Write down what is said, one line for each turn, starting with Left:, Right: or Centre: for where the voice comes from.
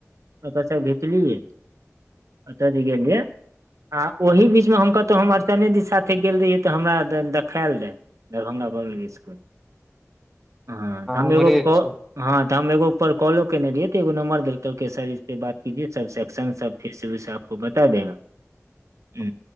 Right: आ कस घत <unintelligible> ल य अत त गिय आ ओहि बीचमे हम कतहु हम अड़चने दी साथे गेल रहियै तऽ हमरा द देखायल रहै दरभंगा पब्लि <unintelligible> क इसकुल हँ तेहन
Centre: उम्हरे
Right: ऐगो क
Centre: छै
Right: हँ तऽ हम एगो ऊपर कॉलो केने रहियै तऽ एगो नम्बर देलकै सर इस पे बात कीजिये सब सेक्शन सब फेसबुक सब ओ बता दैहा
Centre: <inaudible>
Right: हु